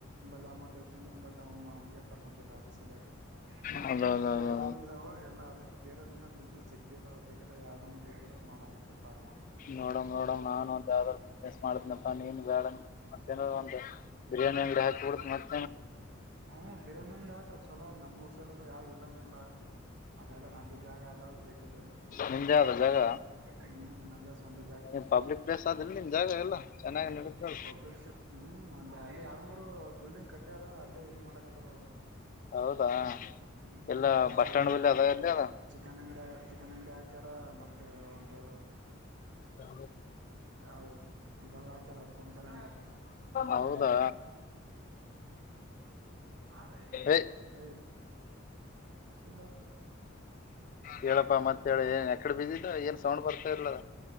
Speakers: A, on the right; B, on the left.
A: ಲ್ಲ ಅಮೌಂಟ್ ಎೇಸ್ಕೊಂಡು ಬಟ್ ಅವ್ನು ಅವನಿಗೆ ಕರ್ಕೊಂಡಿಲ್ಲ ಅದು ಸಲಯಾಗಿ <unintelligible> ಏ
B: ಹೌದೌದೌದು
A: ಬೇಕ ಬೇರೆ ಯಾವ್ದನ್ ಇದಾವ ಎಲ್ಲಾ ಅ ಬೇರೆದ ಬಿಸ್ನೆಸ್ ಜಗ್ಗೆ ಇದಾವ ಬೇಕ ಯಾವ್ದನ್ ಬೇಕಾದ್ರೆ <unintelligible>
B: ನೋಡಮ ನೋಡಮ್ ನಾನನ್ ಒಂದ ಯಾವ್ದಾದ್ ಬಿಸ್ನೆಸ್ ಮಾಡತನಪ್ಪಾ ನೀನ್ ಬೇಡ ಮತ್ತೇನ ಒಂದು ಬಿರಿಯಾನಿ ಅಂಗಡಿ ಹಾಬಡ ಮತ್
A: ಹ ಬಿರಿಯಾನಿ ಅಂಗಡಿ ಹಾಕತ್ ಚೊಲೋ ನಮ್ಊರ್ ಸೈಡ್ ಅಂದ್ರೆ ಯಾವ್ ಇಲ್ಲಾನ ಇಲ್ಲ ಅಲ್ಲೆಲ್ಲ ನಂದೇ ಜಾಗ ಅದಾವ ಬೇಕಿದ್ರೆ
B: ನಿಮ್ದೇ ಆದ ಜಾಗ
A: ಹ್ಮ್ ನಂದೇ ಸ್ವಂತ
B: ನೀಪಬ್ಲಿಕ್ ಪ್ಲೇಸ್ ಆದಿಲ್ಲ ನಿಮ್ ಜಾಗ ಎಲ್ಲ ಚೆನ್ನಾಗಿ
A: ಬ್
B: ನಡೀತದ
A: ಪಬ್ಲಿಕ್ ಹ್ಮ್ ಅ ಅಲ್ಲಿ ಎರಡು ಮೂರು ಬಿಲ್ಡಿಂಗ್ ಕಟ್ಟ್ಯಾರ ಅಲ್ಲೇ ಇದು ಮಾಡಕತ್ತಾರ ಅವ್ರು
B: ಹೌದಾ
A: ಹ್ಮ
B: ಎಲ್ಲ
A: ಚಿಕನ್
B: ಬಸ್ ಸ್ಟಾಂಡ್
A: ಅಂಗಡ
B: ಬಲ್ಲಿ ಅದ ಎಲ್ಲಿ ಅದ
A: ಚಿಕನ್ ಅಂಗಡ ಚಿಕನ್ ಅಂಗಡಿ ಹಾಕ್ಯಾರ ಮತ್ತೆ ಒಂದು
B: ಹ
A: ಯಾವ ಇದರ್ದ ಹಾಕ್ಯಾರ ಪಂಚರ್
B: ಹೌದಾ
A: ಗ್ಯಾರೇಜ್ ಮಾಡ ಭ
B: ಏ
A: ಅ ಚಲ್ಲರ್
B: ಹೇಳಪ್ಪ
A: ಹ
B: ಮತ್ತೆ ಹೇಳಿ ಏನ್ ಎಕಡೆ ಬಿದ್ದಿದ್ದ ಏನ್ ಸೌಂಡ್ ಬರ್ತಾ ಇರ್ಲದ